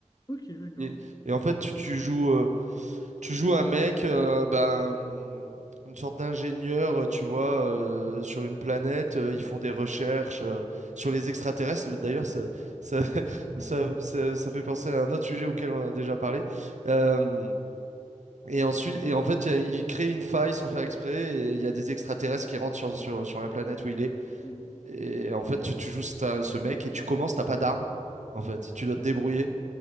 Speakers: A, on the left; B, on the right.
A: Ok, d'accord.
B: et, et en fait, tu, tu joues, euh, tu joues un mec, euh, ben, une sorte d'ingénieur, euh, tu vois, euh, sur une planète. euh, ils font des recherches euh, sur les extraterrestres. D'ailleurs, ça, ça, <laughs> ça, ça- ça fait penser à un autre sujet auquel on a déjà parlé. Euh, et ensuite, et en fait, il y a- il crée une faille sans faire exprès. Et il y a des extraterrestres qui rentrent sur, sur, sur la planète où il est.
A: Mais,
B: Et en fait, tu, tu joues ce ce mec et tu commences, t'as pas d'arme. En fait, tu dois
A: ok.
B: te débrouiller.